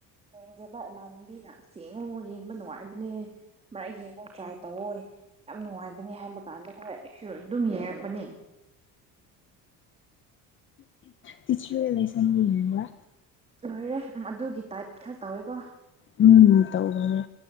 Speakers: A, on the right; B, on the left.
A: ꯌꯦꯡꯒꯦꯕ ꯏꯃꯥꯟꯅꯕꯤꯅ ꯑꯁ ꯌꯦꯡꯉꯣ ꯌꯦꯡꯕ ꯅꯨꯡꯉꯥꯏꯕꯅꯦ ꯑꯃꯔꯛ ꯌꯦꯡꯉꯣ ꯇꯔꯥꯏ ꯇꯧꯑꯣ ꯌꯥꯝ ꯅꯨꯡꯉꯥꯏꯕꯅꯤ ꯍꯥꯏꯕ ꯀꯥꯟꯗ ꯍꯣꯏ ꯑꯩꯁꯨ ꯑꯗꯨꯝ ꯌꯦꯡꯉꯛꯄꯅꯤ
B: ꯇꯤꯆꯔꯨ ꯑꯦ ꯂꯩ ꯁꯝꯒ ꯍꯤꯡꯉꯒ
A: ꯂꯣꯏꯔꯦ ꯑꯗꯨꯒꯤ ꯇꯥꯏꯞ ꯈꯔ ꯇꯧꯋꯦꯀꯣ
B: ꯎꯝ ꯇꯧꯕꯅꯦ